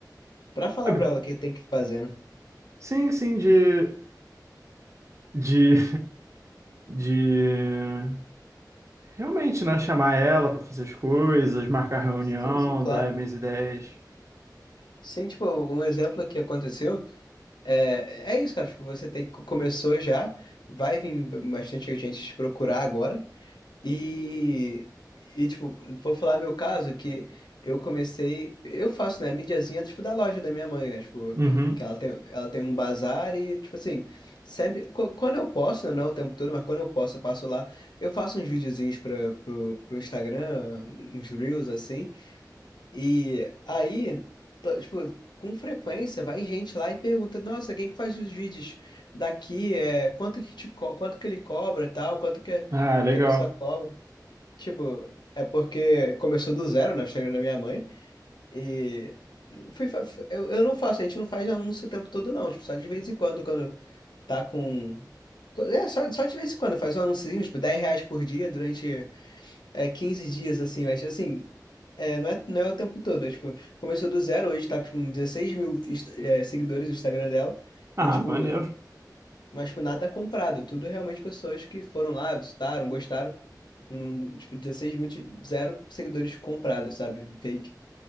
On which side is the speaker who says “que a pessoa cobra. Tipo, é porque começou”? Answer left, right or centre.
Left